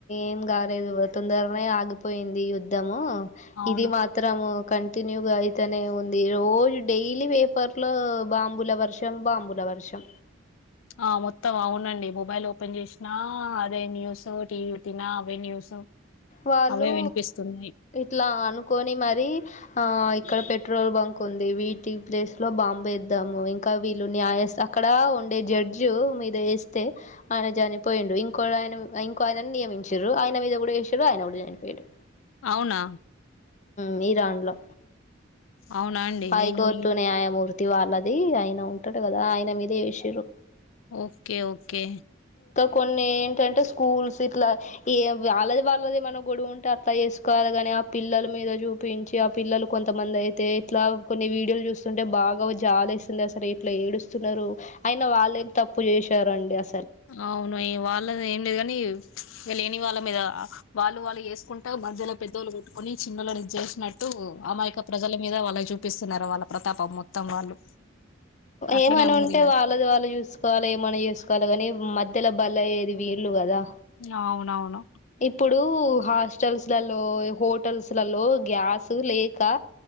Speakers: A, on the left; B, on the left.
A: ఏం కాలేదు తొందరనే ఆగిపోయింది యుద్ధము
B: అవును
A: ఇది మాత్రం కంటిన్యూగా అయితేనే ఉంది రోజు డైలీ పేపర్ లో బాంబుల వర్షం బాంబుల వర్షం
B: ఆ మొత్తం అవునండి మొబైల్ ఓపెన్ చేసినా అదే న్యూస్ టీవీ <unintelligible> అవే న్యూస్
A: వాళ్ళు
B: అవే వినిపిస్తున్నాయి
A: ఇట్లా అనుకొని మరి ఆ ఇక్కడ పెట్రోల్ బంక్ ఉంది వీటి ప్లేస్ లో బాంబు వద్దాము ఇంకా వీళ్ళు న్యాయస్ అక్కడ జడ్జు మీద వేస్తే ఆయన చనిపోయిండు ఇంకో ఆయన ఇంకో ఆయన నియమిం <unintelligible> ఆయన మీద కూడా వేసిరు ఆయన కూడా చనిపోయడు
B: అవునా
A: మీ దాన్లో
B: అవునా అండి
A: హైకోర్టు
B: నేను
A: న్యాయమూర్తి వాళ్ళది ఆయన ఉంటాడు కదా ఆయన మీద వేసిరు
B: ఒకే ఒకే
A: కొన్ని ఏంటంటే స్కూల్స్ ఇట్లా వాళ్ళది వాళ్ళది మన గొడవు ఉంటే అట్లా చేసుకోవాలి గాని ఆ పిల్లల మీద చూపించి ఆ పిల్లలు కొంతమంది అయితే ఇట్లా కొన్ని వీడియోలు చూస్తుంటే బాగా జాలి వేసింది అసలు ఇట్ల ఏడుస్తున్నారు అయిన వాళ్ళ ఎం తప్ ప్పు చేశారండి అ
B: అవును ఏ వాళ్ళది ఏం లేదు గాని. ఇగ లేని వాళ్ళ మీదా. వాళ్ళు వాళ్ళు చేసుకుంటా మధ్యలో పెద్దోళ్ళు కొట్టుకొని చిన్నళ్ళని ఇద్జేసినట్ట్ ట్టూ. అమాయక ప్రజల మీద వాళ్ళ చూపిస్తున్నారు వాళ్ళ ప్రతాపం మొత్తం వాళ్ళు. అట్లనే
A: ఏమని
B: ఉంది
A: ఉంటే
B: ఇగ
A: వాళ్ళది వాళ్ళు చూసుకోవాలే ఏమన్న చేసుకోవాలే గాని మధ్ ధ్యల బలైయ్యేది వీళ్ళు గదా.
B: అవునవును
A: ఇప్పుడూ హాస్టల్స్ల్లో, హోటల్స్లలో గ్యాస లేకా